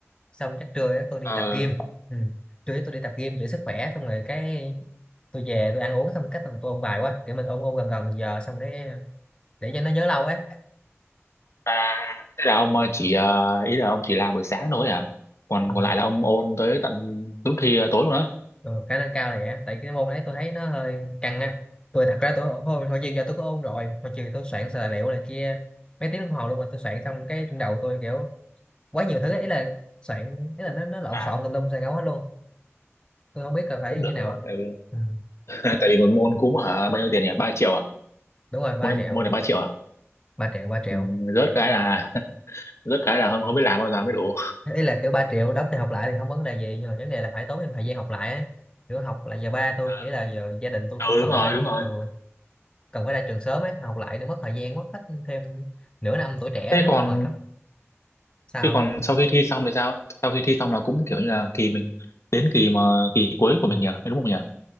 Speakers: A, on the left (about 20°); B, on the left (about 70°).
A: xong chắc trưa á, tôi đi
B: ờ
A: tập gym ừ. trưa á tôi đi tập gym giữ sức khỏe xong rồi cái tôi về tôi ăn uống xong cách tôi ôn bài quá kiểu mình ôn ôn gần gần giờ xong cái để cho nó nhớ lâu ấy
B: à, thế là ông ờ, chỉ ờ, ý là ông chỉ làm buổi sáng thôi hả còn
A: ừ.
B: còn lại là ông ôn tới tận lúc thi ờ, tối luôn á
A: Ừ, khả năng cao là vậy á. tại cái môn đấy tôi thấy nó hơi căng á tôi thật ra tôi hồi, hồi chiều giờ tôi có ôn rồi hồi chiều tôi soạn tài liệu này kia mấy tiếng đồng hồ luôn mà tôi soạn xong cái trong đầu tôi kiểu quá nhiều thứ ấy. ý là soạn ý là nó nó lộn
B: à
A: xộn tùm lum xài ngấu hết luôn tôi không biết là phải
B: cũng
A: như
B: được
A: nào
B: các bạn tại vì
A: ừ.
B: <laughs> tại vì một môn cúm hả bao nhiêu tiền nhỉ ba triệu à
A: đúng rồi ba
B: môn này,
A: triệu
B: môn này ba triệu à
A: ba triệu ba triệu
B: ừ, rớt cái là <laughs> rớt cái là không không biết làm bao giờ mới đủ
A: ý là kiểu 3 triệu đóng thì học lại thì không vấn đề gì nhưng mà vấn đề là phải tốn thêm thời gian học lại á kiểu học là giờ ba tôi
B: à,
A: nghĩ là giờ gia đình tôi cũng
B: ừ
A: cần
B: đúng rồi
A: phải
B: đúng rồi
A: ừ, cần phải ra trường sớm ấy học lại nữa mất thời gian mất hết thêm nửa năm tuổi trẻ
B: thế
A: nữa
B: còn
A: mệt lắm sao
B: thế còn
A: không?
B: sau khi thi xong thì sao sau khi thi xong là cũng kiểu như là kỳ mình đến kỳ mà kỳ cuối của mình
A: ừ.
B: nhỉ đúng không nhỉ